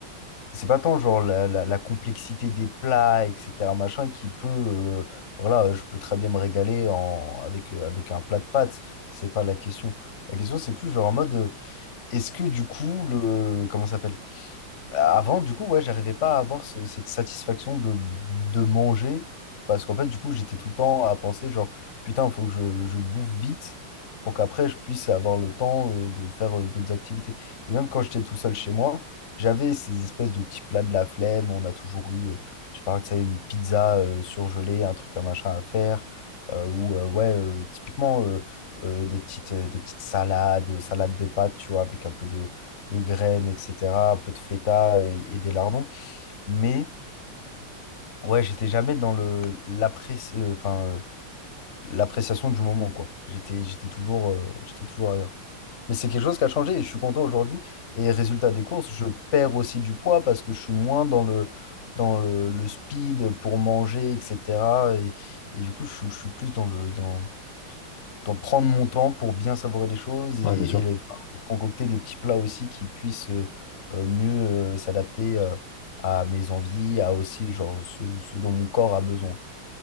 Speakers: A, on the left; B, on the left.
A: C'est pas tant genre la, la- la complexité des plats, etc. machin, qui peut, euh, voilà, euh, je peux très bien me régaler en, avec, euh, avec un plat de pâtes, c'est pas la question. La question, c'est plus genre en mode, euh, est-ce que du coup, le, comment ça s'appelle? Avant, du coup, ouais, j'arrivais pas à avoir ce- cette satisfaction de, de manger parce qu'en fait, du coup, j'étais tout le temps à penser genre, putain, il faut que je, je bouffe vite pour qu'après, je puisse avoir le temps euh, de faire euh, d'autres activités. Et même quand j'étais tout seul chez moi, j'avais ces espèces de petits plats de la flemme. On a toujours eu, euh, je parlais de ça, une pizza euh, surgelée, un truc, un machin à faire. euh, ou euh, ouais, euh, typiquement euh, euh, des petites, euh, des petites salades, salades de pâtes, tu vois, avec un peu de, de graines, etc., un peu de feta et, et des lardons. Mais ouais, j'étais jamais dans le, l'appréci- euh, enfin, euh, l'appréciation du moment, quoi. J'étais, j'étais toujours, euh, j'étais toujours ailleurs. Mais c'est quelque chose qui a changé et je suis content aujourd'hui. Et résultat des courses, je perds aussi du poids parce que je suis moins dans le, dans le, le speed pour manger, etc. Et, et du coup, je, je suis plus dans le, dans, d'en prendre mon temps pour bien savourer les choses et,
B: Ouais, bien sûr.
A: et les- enfin, pour concocter des petits plats aussi qui puissent euh, euh, mieux euh, s'adapter euh, à mes envies, à aussi genre ce, ce dont mon corps a besoin.